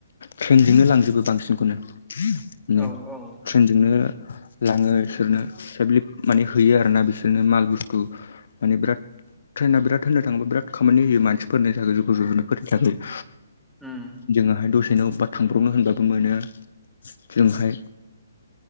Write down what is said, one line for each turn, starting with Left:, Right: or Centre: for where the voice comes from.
Left: ट्रेनजोंनो लांजोबो बांसिनखौनो। माने
Centre: औ औ।
Left: ट्रेनजोंनो लाङो इसोरनो सेबलि माने हैयो आरोना बिसोरनो माल बुस्थु माने बिराद ट्रेना बिराद होनो थाङोबा बिराद खामानि होयो मानसिफोरनि थाखाय जुगु जुगुनायफोरनि थाखाय
Centre: उम
Left: जोंआहाय दसेनो अबबा थांब्रावनो होनबाबो मोनो जोंहाय